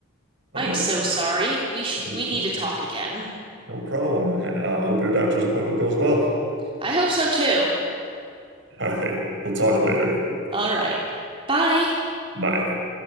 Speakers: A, on the right; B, on the right.
A: all
B: I
A: right.
B: am so sorry. We sh
A: No
B: we need
A: problem.
B: to talk again.
A: No problem. I uh, hope your doctor's appointment goes well.
B: I hope so too.
A: All right, we'll talk later.
B: All right. Bye.
A: Bye.